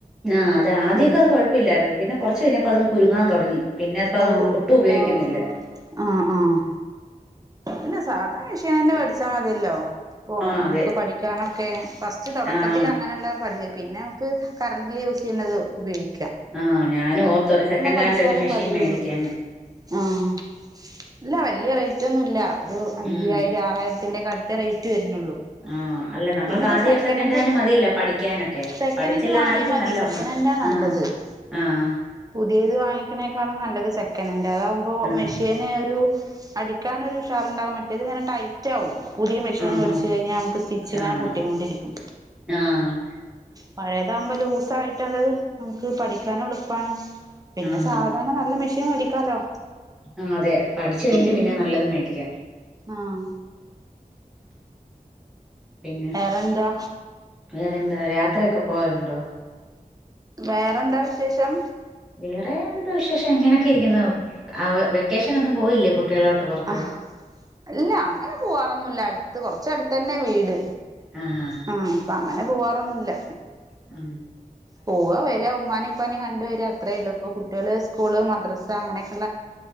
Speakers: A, in the centre; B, on the right (about 25°).
A: ആഹ് അതേ ആദ്യോക്കെ
B: ഉം
A: അത് കൊഴപ്പില്ലായിരുന്നു പിന്നെ കൊറച്ച് കഴിഞ്ഞപ്പം അതങ്ങ് കുരുങ്ങാൻ തുടങ്ങി. പിന്നെ ഇപ്പ അത്
B: ആഹ്
A: ഒട്ടും ഉപയോഗിക്കുന്നില്ല
B: ആഹ് ആഹ് ഇല്ല സാധാ മെഷീനന്നെ മേടിച്ചാ മതിയല്ലോ? ഇപ്പോ
A: ആഹ്
B: നമുക്ക്
A: അതെ
B: പഠിക്കാനൊക്കെ ഫസ്റ്റ് തൊടക്കത്തിൽ
A: ആഹ്
B: അങ്ങനെയുള്ള പഠിയ പിന്നെ ക്ക് കറന്റില് യൂസ് ചെയ്യ്ണത് ഉപയോഗി
A: ആഹ് ഞാനു ഓർത്തൊരു സെക്കൻ്റ്ഹാൻഡ്
B: പഠിച്ചാലേ
A: ഒരു മെഷീൻ
B: പഠിയുള്ളൂ
A: മേടിക്കാന്.
B: ആഹ് ഇല്ല വല്യ റേറ്റ് ഒന്നുല്ല ഒരു അയ്യായിരം,
A: ഉം
B: ആറായിരം. ത്തിന്റെ ഒക്കെ അടുത്തെ റേറ്റ് വരുന്നുള്ളൂ.
A: ആഹ് അല്ല നമ്മൾക്ക്
B: പിന്നെപ്പോ
A: ആദ്യം
B: സെക്കനൻഡ്
A: ഒരു സെക്കൻഡ് ഹാൻഡ് മതിയല്ലോ പഠിക്കാനൊക്കെ
B: സെക്കനൻഡ്
A: പഠിച്ചെല്ല
B: വാങ്ങിയാൽ
A: ആയിട്ട്
B: മതി
A: നല്ല ഒരെണ്ണം.
B: സെക്കനൻഡാ നല്ലത്
A: ആഹ് ആഹ്
B: <inaudible> പുതിയത് വാങ്ങിക്കുന്നേക്കാളും നല്ലത് സെക്കൻ് ആൻഡ് അതാവുമ്പോ
A: ആഹ്
B: മെഷീന് ഒരു അടിക്കാനൊരു ഉഷാറുണ്ടാവും മറ്റേത് ഇങ്ങനെ ടൈറ്റ ആകും പുതിയ മെഷീൻ
A: ആഹാ
B: മേടിച്ചു കഴിഞ്ഞാൽ നമുക്ക് സ്റ്റിച്ച്ങ്ങനെ
A: ആഹ്
B: പൊട്ടൊണ്ടിരിക്കും
A: ആഹ്
B: പഴയതകുമ്പോ ലൂസായിട്ടത് നമുക്ക് പഠിക്കാനും എളുപ്പമാണ് പിന്നെ
A: ആഹാ
B: സാവധാനം നല്ല മെഷീൻ മേടിക്കാലോ
A: ആ അതെ പഠിച്ചു കഴിഞ്ഞിട്ട്
B: മം
A: പിന്നെ നല്ലത് മേടിക്ക
B: ആഹ
A: പിന്നെ
B: വേറെന്താ
A: <inaudible> വേറെ എന്താ യാത്രയൊക്കെ പോവലുണ്ടോ
B: വേറെന്താ വിശേഷം
A: വേറെ എന്തോ വിശേഷം എങ്ങനെയൊക്കെ ഇരിക്കുന്നു ആ വെക്കേഷനൊന്നും പോയില്ലേ കുട്ടികളാട്ട് പുറത്ത്
B: ആ അല്ല അങ്ങനെ പോവാറൊന്നുമല്ല അടുത്ത് കൊറച്ച അടുത്ത തന്നെ വീട്
A: ആഹാ
B: ആഹ അപ്പൊ അങ്ങനെ പോവാറൊന്നുമല്ല
A: മം
B: പോവ വര ഉമ്മാ ഉപ്പാനയും കണ്ട വരിക അത്രേ ഉള്ളൂ ഇപ്പൊ കുട്ടികള് സ്കൂള് മദ്രസ അങ്ങനെയൊക്കെയുള്ളള്ള